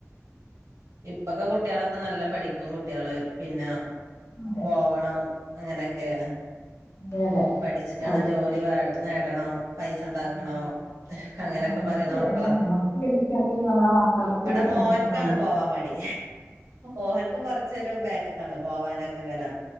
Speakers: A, on the right; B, on the left.
A: ഇപ്പൊക്കെ കുട്ടികളൊക്കെ നല്ല പഠിക്കും കുട്ടികള് പിന്നെ
B: അതെ
A: പോവണം അങ്ങനെയൊക്കെയാണ്
B: അതെ അതെ
A: പഠിച്ക്കണം
B: അവര്
A: ജോലി നേടണം പൈസ ണ്ടാക്കണം
B: നേടണം അത്
A: അങ്ങനെയൊക്കെ
B: നമുക്ക്
A: പറയണ മക്കളാ
B: അല്ല നമുക്ക് ലഭിക്കാത്തത് നമ്മളെ മക്കൾക്ക്
A: ഇവിടെ മോൻക്കാണ്
B: ലഭിച്ചു കാണും
A: പോവാൻ മടി ഓൻക്ക് കൊറ - ച്ച് ഒരു ബാക്കക്കാണ് പോവാനൊക്കെ അങ്ങനെ